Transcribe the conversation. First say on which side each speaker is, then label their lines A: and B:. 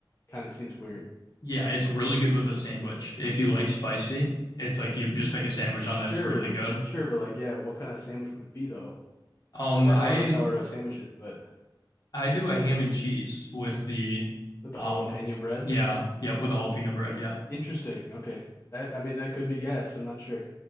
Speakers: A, on the left; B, on the left.
A: kind of seems weird.
B: Yeah, it's really good with a sandwich. If you like spicy, it's like you just make a sandwich
A: Sure,
B: on that. It's really good.
A: sure, but like, yeah, what kind of sandwich would it be though?
B: Um,
A: I've had
B: I
A: a lot of sourdough sandwiches, but
B: I do a ham and cheese with the,
A: with the
B: um,
A: jalapeno bread,
B: yeah, yep, with the jalapeno bread, yeah,
A: interesting. Okay, that I mean that could be gas. I'm not sure.